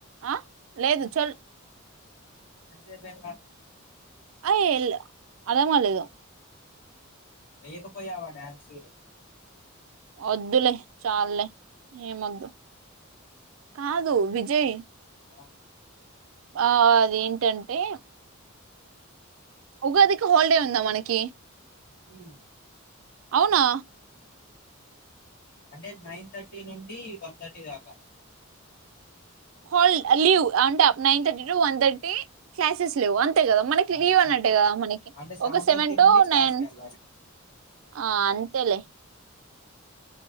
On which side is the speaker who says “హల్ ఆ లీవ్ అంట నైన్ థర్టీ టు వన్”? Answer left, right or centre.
Right